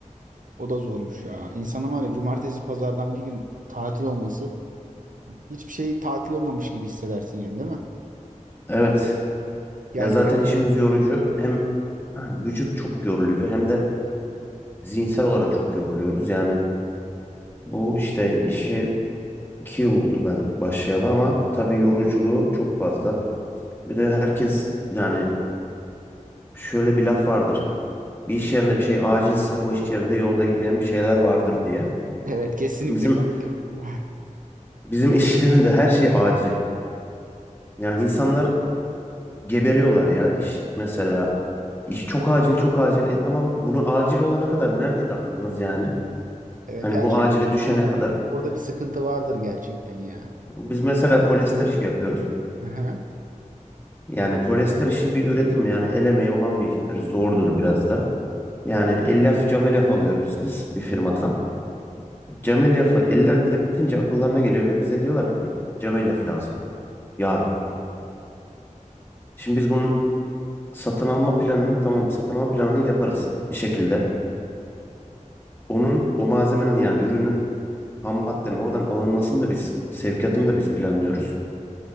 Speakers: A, on the right; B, on the left.
A: o da zormuş ya. İnsanın var ya cumartesi pazardan bir gün tatil olması Hiçbir şey tatil olmamış gibi hissedersin yani değil mi?
B: Evet.
A: Yani
B: Ya zaten
A: evet
B: işimiz yorucu. Hem vücut çok yoruluyor hem de zihinsel olarak çok yoruluyoruz. Yani bu işte işi iki yıl oldu ben başlayalı ama tabii yoruculuğu çok fazla. Bir de herkes yani şöyle bir laf vardır. Bir iş yerinde bir şey acilse o iş yerinde yolunda gitmeyen bir şeyler vardır diye.
A: evet, kesinlikle
B: Bizim
A: katılıyorum. <laughs>
B: bizim iş <laughs> yerinde her şey acil. Yani insanlar geberiyorlar ya iş mesela. İş çok acil çok acil. E tamam bunu acil olana kadar neredeydi aklınız yani?
A: Evet
B: Hani
A: her
B: bu
A: şey
B: acile düşene kadar.
A: orada bir sıkıntı vardır gerçekten ya.
B: Biz mesela polyester işi yapıyoruz.
A: Aha.
B: Yani polyester işi bir üretim yani el emeği olan bir iştir. Zordur biraz da. Yani elyaf cam elyaf alıyoruz biz bir firmadan. Cam elyafı ellerinde bitince akıllarına geliyor ve bize diyorlar ki cam elyaf lazım yarın. Şimdi biz bunun satın alma planını tamam satın alma planını yaparız bir şekilde. Onun o malzemenin yani ürünün ham maddenin oradan alınmasını da biz sevkiyatını da biz planlıyoruz.